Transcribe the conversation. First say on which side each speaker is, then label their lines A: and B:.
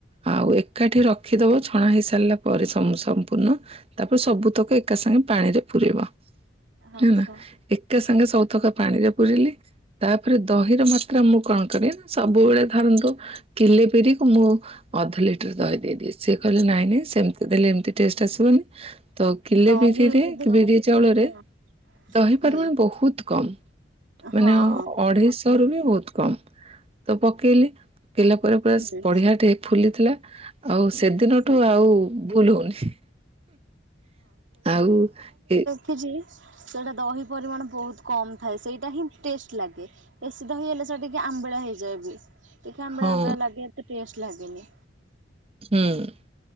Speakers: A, on the right (about 30°); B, on the right (about 80°).
A: ଆଉ ଏକାଠି ରଖିଦବ ଛଣା ହେଇସାରିଲା ପରେ ସମ୍ପୂର୍ଣ୍ଣ। ତାପରେ ସବୁ ତକ ଏକା ସାଙ୍ଗେ ପାଣିରେ ପୁୁରେବ
B: ଆଚ୍ଛା
A: ହେଲା। କେ ସାଙ୍ଗେ ସଉତକା ପାଣି ରେ ପୁରିଲି। ତାପରେ ଦହିର ମାତ୍ରା ମୁଁ କଁ କରେ ସବୁବେଳେ ଧରନ୍ତୁ। କିଲେ ବିରିକୁ ମୁଁ ଅଧ ଲିଟର୍ ଦହି ଦେଇଦେଏ ସିଏ କହିଲେ ନାଇଁ ସେମିତି ଦେଲେ ଏମତି ଟେଷ୍ଟ୍ ଆସିବନି ତ କିଲେ
B: ଦହି
A: ବିରିରେ
B: ଯଦି
A: ବିରି ଚାଉଳରେ
B: ହଁ
A: ଦହି
B: ହୁଁ
A: ପରିମାଣ ବୋହୁତ୍ କମ୍
B: ହଁ
A: ମାନେ
B: ହଁ
A: ଅଢେଇଶ୍ ସରୁ ବି ବୋହୁତ୍ କମ୍ ତ ପକେଇଲି। କେଲଲା ପରେ ପୁରା
B: ହୁଁ
A: ବଢିଆ ଟେ ଫୁଲିଥିଲା ଆଉ ସେଦିନଠୁ
B: ହୁଁ
A: ଆଉ ଭୁଲ୍ ହୋଉନି, ଆଉ ଏ
B: ଖିଚି ସେଇଟା ଦହି ପରିମାଣ ବୋହୁତ୍ କମ୍ ଥାଏ ସେଇଟା ହିଁ ଟେଷ୍ଟ୍ ଲାଗେ ବେସି ଦହି ହେଲେ ଟିକେ ଆମ୍ବଳା ହେଇଯାଏ ବି, ଟିକେ ଆମ୍ବଳା
A: ହଁ
B: ଆମ୍ବଳା ଲାଗେ ତ ଟେଷ୍ଟ୍ ଲାଗେନି।
A: ହୁଁ।